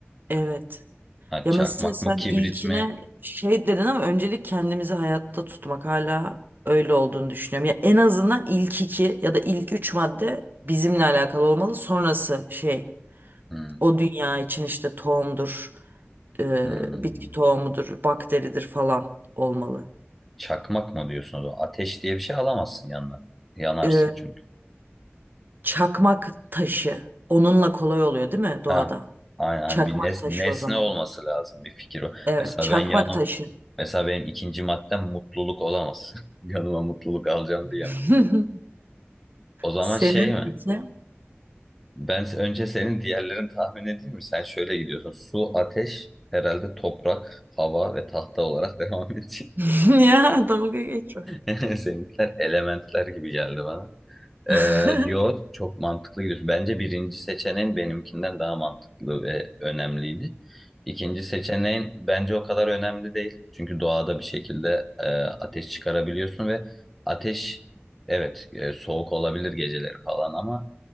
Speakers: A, on the right; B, in the centre.
A: Evet.
B: Ha,
A: Ya
B: çakmak
A: mesela sen
B: mı, kibrit
A: ilkine
B: mi?
A: şey dedin ama öncelik kendimizi hayatta tutmak hala öyle olduğunu düşünüyorum. Ya en azından ilk iki ya da ilk üç madde bizimle alakalı olmalı. Sonrası şey
B: Hmm,
A: o dünya için işte tohumdur, e,
B: hmm.
A: bitki tohumudur, bakteridir falan olmalı.
B: Çakmak mı diyorsun o zaman? Ateş diye bir şey alamazsın yanına. Yanarsın
A: E,
B: çünkü.
A: çakmak taşı onunla kolay oluyor değil mi doğada?
B: Ha, aynen, aynen.
A: Çakmak
B: bir nes-
A: taşı
B: nesne
A: o zaman.
B: olması lazım bir fikir o.
A: Evet,
B: Mesela
A: çakmak
B: ben yanım.
A: taşı.
B: Mesela benim ikinci maddem mutluluk olamaz. <laughs> Yanıma mutluluk alacağım diyemem.
A: <laughs>
B: O zaman
A: Senin
B: şey mi?
A: iki.
B: Ben se- önce senin diğerlerini tahmin edeyim mi? Sen şöyle gidiyorsun. Su, ateş, herhalde toprak, hava ve tahta olarak <laughs> devam edeceğim.
A: <laughs> Ya dalga geçme.
B: <laughs> Seninkiler elementler gibi geldi bana. Ee,
A: <laughs>
B: yo, çok mantıklı gidiyorsun. Bence birinci seçeneğin benimkinden daha mantıklı ve önemliydi. İkinci seçeneğin bence o kadar önemli değil. Çünkü doğada bir şekilde e, ateş çıkarabiliyorsun ve ateş evet e, soğuk olabilir geceleri falan ama